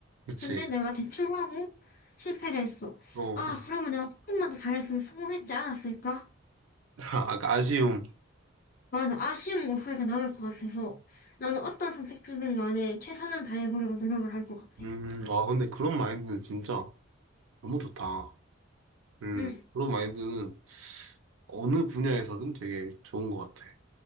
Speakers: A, on the right; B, on the left.
A: 그치.
B: 근데 내가 대충 하고 실패를 했어.
A: 어,
B: 아 그러면 내가 조금만 더 잘했으면 성공했지 않았을까?
A: <laughs> 아까 아쉬움.
B: 맞아. 아쉬운 거 후회가 남을 것 같아서 나는 어떤 선택지든 간에 최선을 다해보려고 노력을 할 것 같아.
A: 음, 아, 근데 그런 마인드는 진짜 너무 좋다. 음,
B: 응,
A: 그런 마인드는 어느 분야에서든 되게 좋은 것 같아.